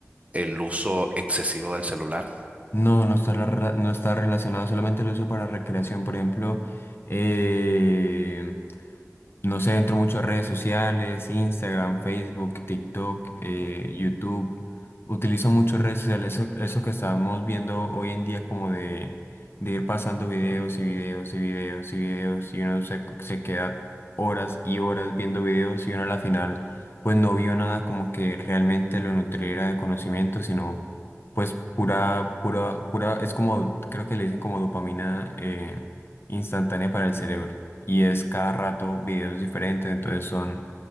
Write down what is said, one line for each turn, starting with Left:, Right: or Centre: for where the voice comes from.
Right: el uso excesivo del celular?
Left: No, no está, la rela- no está relacionado solamente el uso para recreación. Por ejemplo, eh, no sé, entro mucho a redes sociales, Instagram, Facebook, TikTok, eh, YouTube. Utilizo mucho redes sociales, eso, eso que estamos viendo hoy en día como de, de ir pasando videos y videos y videos y videos y uno se, se queda horas y horas viendo videos y uno a la final pues no vio nada como que realmente lo nutriera de conocimiento, sino... Pues pura, pura, pura, es como, creo que le dicen como dopamina eh, instantánea para el cerebro. Y es cada rato videos diferentes, entonces son